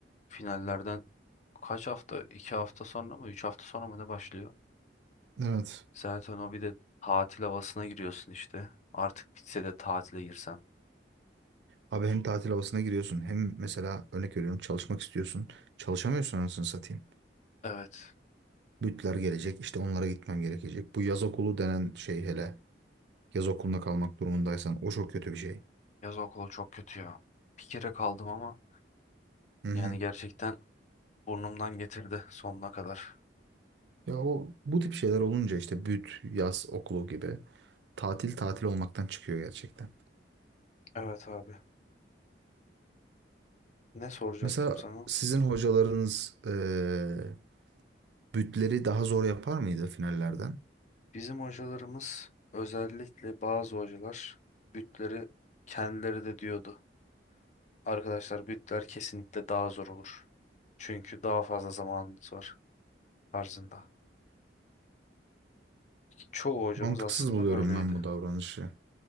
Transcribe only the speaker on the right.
Evet.
Abi hem tatil havasına giriyorsun hem mesela örnek veriyorum çalışmak istiyorsun. Çalışamıyorsun anasını satayım.
Bütler gelecek işte onlara gitmem gerekecek. Bu yaz okulu denen şey hele yaz okulunda kalmak durumundaysan o çok kötü bir şey.
Hı hı.
Ya o bu tip şeyler olunca işte büt, yaz okulu gibi tatil tatil olmaktan çıkıyor gerçekten.
Mesela
sizin hocalarınız eee, bütleri daha zor yapar mıydı finallerden?
Mantıksız
buluyorum
ben bu davranışı.